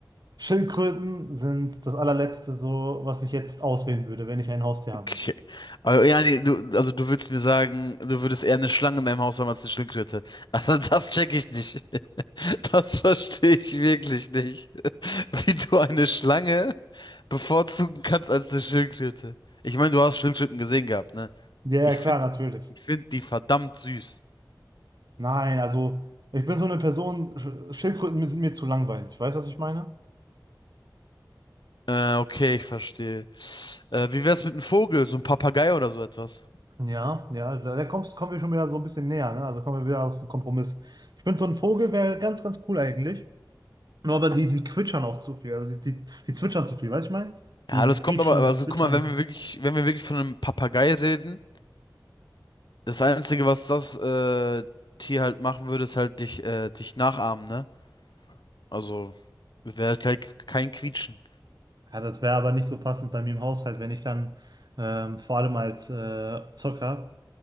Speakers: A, on the right; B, on the left.
A: Schildkröten sind das allerletzte so, was ich jetzt auswählen würde, wenn ich ein Haustier
B: Okay.
A: haben möchte.
B: Aber ja, nee, du, also du willst mir sagen, du würdest eher eine Schlange in deinem Haus haben als eine Schildkröte. Also das check ich nicht. <laughs> Das verstehe ich wirklich nicht. Wie du eine Schlange bevorzugen kannst als eine Schildkröte. Ich meine, du hast Schildkröten gesehen gehabt, ne?
A: Ja, ja,
B: Ich
A: klar,
B: finde,
A: natürlich.
B: ich finde die verdammt süß.
A: Nein, also ich bin so eine Person, Sch- Schildkröten sind mir zu langweilig. Weißt du, was ich meine?
B: Äh, okay, ich verstehe. Äh, wie wär's mit einem Vogel, so ein Papagei oder so etwas?
A: Ja, ja, da, da kommst, kommen wir schon wieder so ein bisschen näher, ne? Also kommen wir wieder auf den Kompromiss. Ich finde, so ein Vogel wäre ganz, ganz cool eigentlich. Nur aber die, die quietschern auch zu viel. Also die, die, die zwitschern zu viel, weißt du, ich meine?
B: Ja,
A: Die, die
B: das
A: quietschen,
B: kommt aber, also
A: zwitschern.
B: guck mal, wenn wir wirklich, wenn wir wirklich von einem Papagei reden. Das Einzige, was das äh, Tier halt machen würde, ist halt dich, äh, dich nachahmen, ne? Also wäre halt kein, kein Quietschen.
A: Ja, das wäre aber nicht so passend bei mir im Haushalt, wenn ich dann ähm, vor allem als äh, Zocker